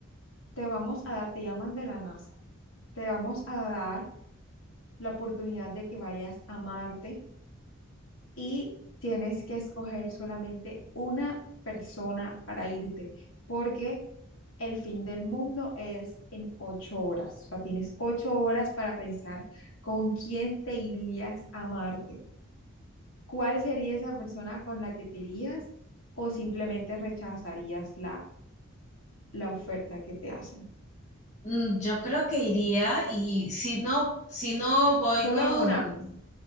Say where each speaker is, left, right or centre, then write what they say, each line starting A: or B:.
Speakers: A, on the left; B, on the left.
A: te vamos a dar, te llaman de la NASA, te vamos a dar la oportunidad de que vayas a Marte? y tienes que escoger solamente una persona para irte, porque el fin del mundo es en ocho horas. O sea, tienes ocho horas para pensar con quién te irías a Marte, cuál sería esa persona con la que te irías o simplemente rechazarías la, la oferta que te hacen.
B: Mm, Yo creo que iría y si no, si no voy
A: Solo
B: con,
A: una.